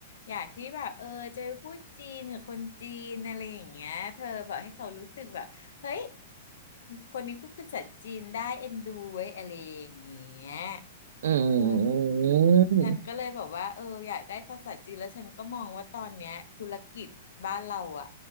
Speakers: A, on the left; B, on the right.
A: อยากที่แบบเออจะไปพูดจีนกับคนจีนอะไรอย่างเงี้ยเธอแบบให้เขารู้สึกแบบเฮ้ยคนนี้พูดภาษาจีนได้เอ็นดูไว้ยอะไรอย่างเงี้ย
B: อื
A: เออ
B: ม
A: ฉันก็เลยแอกว่าเอออยากได้ภาษาจีนแล้วฉันก็มองว่าตอนเนี้ยธุรกิจบ้านเราอ่ะ